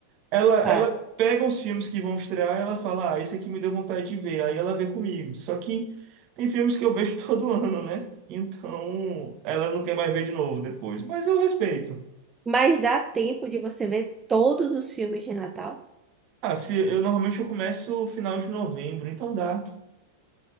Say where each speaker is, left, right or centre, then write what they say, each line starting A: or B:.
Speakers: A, on the right; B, on the right.
A: Ela,
B: Tá.
A: ela pega os filmes que vão estrear e ela fala, ah, esse aqui me deu vontade de ver. Aí ela vê comigo. Só que tem filmes que eu vejo <laughs> todo ano, né? Então ela não quer mais ver de novo depois. Mas eu respeito.
B: Mas dá tempo de você ver todos os filmes de Natal?
A: Ah, se eu normalmente eu começo no final de novembro, então dá.